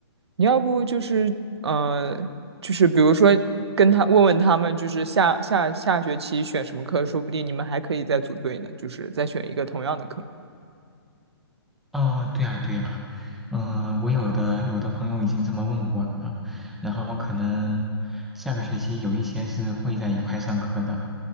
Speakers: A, on the right (about 75°); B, in the centre.
A: 你要不就是，嗯、呃，就是比如说跟他问问他们，就是下下下学期选什么课，说不定你们还可以再组队呢，就是再选一个同样的课。
B: 哦，对啊，对啊，嗯、我有的有的朋友已经这么问过了，然后可能下个学期有一些是会在一块上课的。